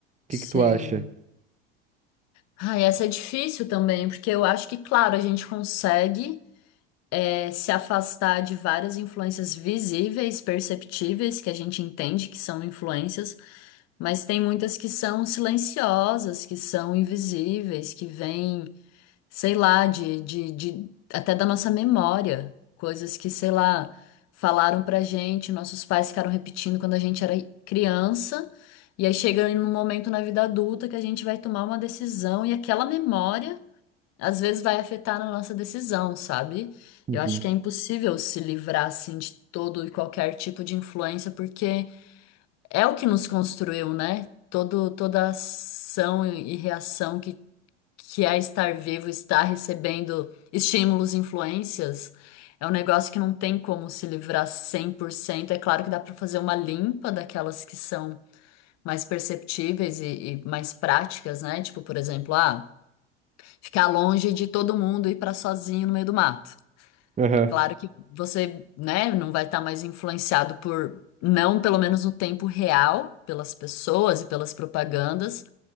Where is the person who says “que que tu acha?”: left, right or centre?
Right